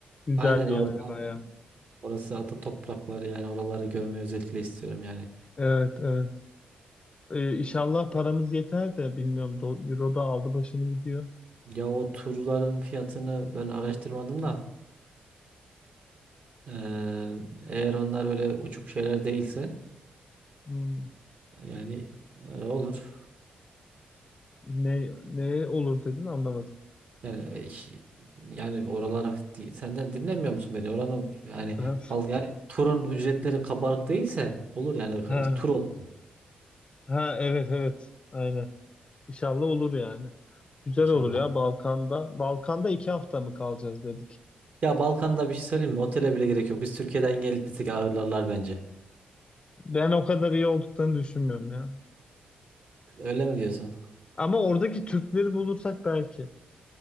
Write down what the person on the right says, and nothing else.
Aynen orada
orası ata toprakları yani oraları görmeyi özellikle istiyorum yani.
Ya o turların fiyatını ben araştırmadım da eee, eğer onlar böyle uçuk şeyler değilse
yani e, olur.
Yani e, şi- yani oralara di- senden dinlemiyor musun beni? Oranın yani
Bal yani turun ücretleri kabarık değilse olur yani Ka-
tur olur
inşallah.
Ya Balkan'da bir şey söyleyeyim mi? Otele bile gerek yok. Biz Türkiye'den gelip gitsek ağırlarlar bence.
Öyle mi diyorsun?